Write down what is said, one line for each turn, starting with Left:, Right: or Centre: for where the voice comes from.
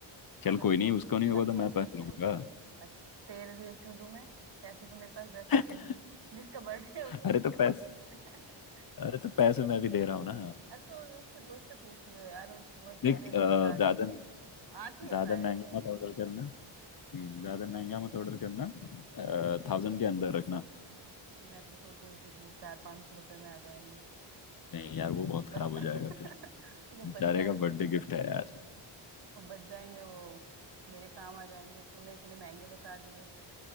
Right: और
Left: चल
Right: कंफर्म
Left: कोई नहीं उसका नहीं होगा
Right: कंफर्म
Left: तो मैं पहन
Right: कर देगा
Left: लूंगा
Right: मुझे अ, तेरे लिए क्यों दूं मैं पैसे तो मेरे पास वैसे
Left: <laughs>
Right: भी नहीं है जिसका बर्थडे है उसको
Left: अरे
Right: कुछ
Left: तो
Right: भी
Left: पैसे
Right: नहीं है
Left: अरे तो पैसे मैं भी दे रहा हूँ ना
Right: अरे तो उसके दोस्त से पूछ लियो यार उस और
Left: देख
Right: फिर मेरे
Left: <laughs> अ,
Right: को बता
Left: ज्यादा
Right: दियो आठ ही
Left: ज्यादा
Right: है शायद
Left: महंगा
Right: से
Left: मत ऑर्डर करना हम्म, ज्यादा महंगा मत ऑर्डर करना थाउजेंड के अंदर रखना
Right: अब मैं तो सोच रही थी कि चार पाँच सौ रुपये में आ जाएंगे
Left: नहीं यार वो बहुत
Right: जो
Left: खराब
Right: बच
Left: हो
Right: <laughs>
Left: जाएगा फिर
Right: जो
Left: बेचारे
Right: बच जाएंगे
Left: का बर्थडे गिफ्ट है यार
Right: वो बच जाएंगे वो मेरे काम आ जाएंगे तूने इतने महंगे बता दिए